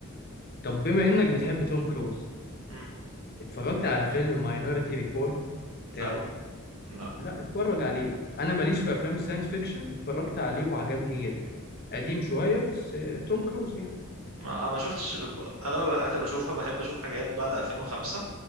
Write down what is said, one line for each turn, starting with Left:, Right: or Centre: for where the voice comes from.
Left: طب بما انك بتحب توم كروز
Right: مم.
Left: اتفرجت على فيلم ماينوريتي ريبورت بتاعه
Right: لا لا
Left: لا اتفرج عليه بقى انا ماليش في افلام الساينس فيكشن اتفرجت عليه وعجبني جدا قديم شوية بس آه، توم كروز يعني
Right: ما آه، ما شفتش اغلب الحاجات اللي بشوفها بحب اشوف حاجات بعد 2005